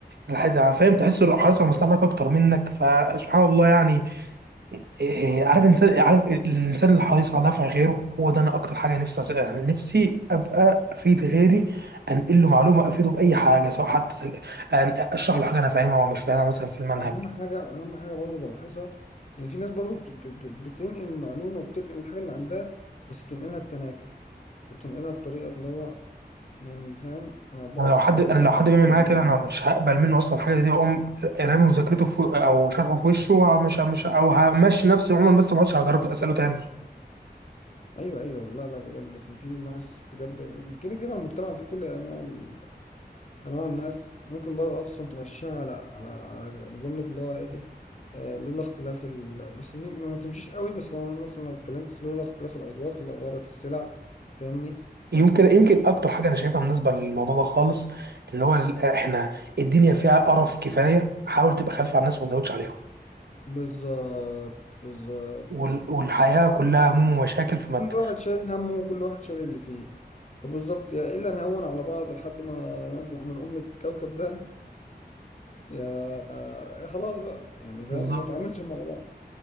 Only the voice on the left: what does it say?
اهم حاجة اهم حاجة برضه بلاحظها ان في ناس برضه بت- بت- بتنقل المعلومة وبتنقل الحاجة اللي عندها بس بتنقلها بتناكر فبتنقلها بطريقة اللي هو يعني فاهم أنا بعطف
عليك
إن أنا
اديك
المعلومة
دي
أيوه أيوه لا لا بجد في في ناس بجد كده كده المجتمع فيه كل أنواع ال- أنواع الناس ممكن بقى أصلا تمشيها على على على جملة اللي هو إيه آه، لولا اختلاف ال... بس دي ما تمشيش قوي بس لو مثلا لو اتكلمت لولا اختلاف الأذواق لبارت السلع فاهمني ف...
بالظبط بالظبط
كل واحد شايل همه وكل واحد شايل اللي فيه فبالظبط يا إلا نهون على بعض لحد ما نطلع من أم الكوكب ده يا يا خلاص بقى يعني فاهم
ما نتعاملش مع بعض